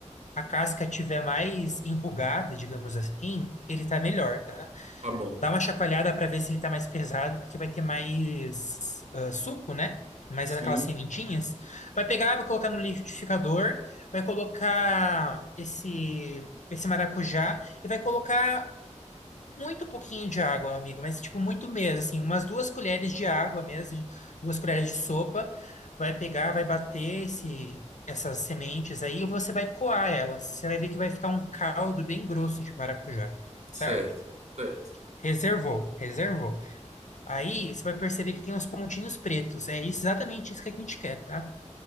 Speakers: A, on the left (about 70°); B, on the right (about 60°).
A: a casca tiver mais enrugada, digamos assim, ele tá melhor, tá?
B: Tá bom.
A: Dá uma chacoalhada para ver se ele tá mais pesado, porque vai ter mais ah, suco, né? Mais
B: Sim,
A: aquelas sementinhas. Vai pegar, vai colocar no liquidificador, vai colocar esse, esse maracujá e vai colocar muito pouquinho de água, amigo, mas tipo muito mesmo, assim, umas duas colheres de água mesmo, duas colheres de sopa, vai pegar, vai bater esse, essas sementes aí e você vai coar elas. Você vai ver que vai ficar um caldo bem grosso de maracujá,
B: certo,
A: certo?
B: certo,
A: Reservou, reservou. Aí você vai perceber que tem uns pontinhos pretos, é isso- exatamente isso que a gente quer, tá?